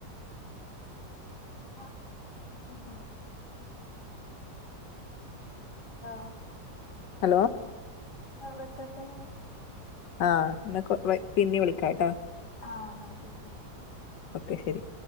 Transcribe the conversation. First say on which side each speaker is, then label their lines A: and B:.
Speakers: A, on the left; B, on the left.
A: അഹ് ഹൗസ് വൈഫേ ആഹ്
B: ഹലോ
A: ന്ന വെക്കട്ടെ
B: ആഹ് എന്നാ കൊ വൈ പിന്നെ വിളിക്കാട്ടോ
A: ആഹ് എന്നാ ശരി
B: ഓക്കെ ശരി